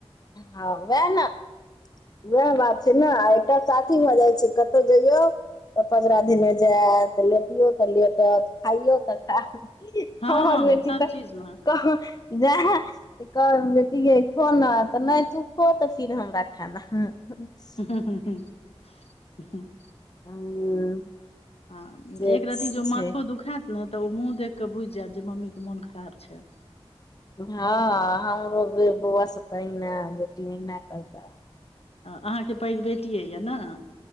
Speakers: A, on the left; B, on the left.
A: हँ वएह न उएह बात छै न एकटा साथी भऽ जाइ छै कतहु जइयौ तऽ पजरा धने जायत तऽ लेटियो तऽ लेटत खाइयो तऽ खा
B: हँ
A: हमर बेटी
B: सब
A: तऽ
B: चीज मे
A: कह जा कहबेन बेटीगे खो न तऽ नइ तू खो तऽ फिर हमरा खाना हँ <unintelligible>
B: <unintelligible>
A: <unintelligible>
B: हँ
A: से
B: एक रति जो
A: छै
B: मथो दुखा न तऽ ओ मुँह देख कऽ बुइझ जायत जे मम्मीके मोन खराब छै
A: हँ
B: आ
A: हमरो बौआ सब त अहिना बेटी मे अहिना करता
B: अहाँके पैघ बेटिये य नै